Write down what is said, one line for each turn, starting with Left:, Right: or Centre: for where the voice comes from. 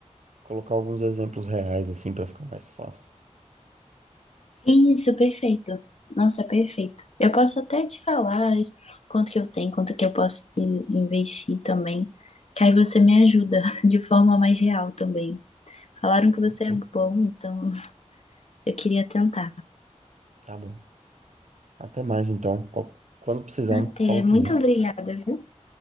Right: colocar alguns exemplos reais, assim, para ficar mais fácil.
Left: Isso, perfeito. Nossa, perfeito. Eu posso até te falar quanto que eu tenho, quanto que eu posso in- investir também. Que aí você me ajuda <laughs> de forma mais real também. Falaram que você
Right: Enfim,
Left: é bom, então eu queria tentar.
Right: tá bom. Até mais, então. Qual- Quando precisar,
Left: Até.
Right: fala
Left: Muito
Right: comigo.
Left: obrigada, viu?